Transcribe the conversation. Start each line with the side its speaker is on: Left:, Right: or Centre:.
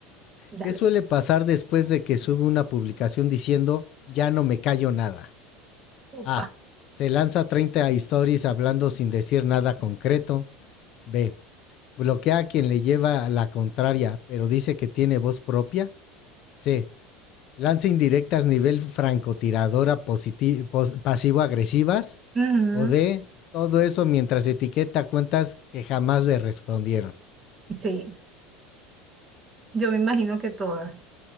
Right: Dale,
Left: ¿Qué suele pasar después de que sube una publicación diciendo ya no me callo nada?
Right: opa.
Left: A. Se lanza 30 stories hablando sin decir nada concreto. B. Bloquea a quien le lleva la contraria, pero dice que tiene voz propia. C. Lanza indirectas nivel francotiradora positi- pasivo-agresivas.
Right: Ujú,
Left: O D. Todo eso mientras etiqueta cuentas que jamás le respondieron.
Right: Sí, yo me imagino que todas.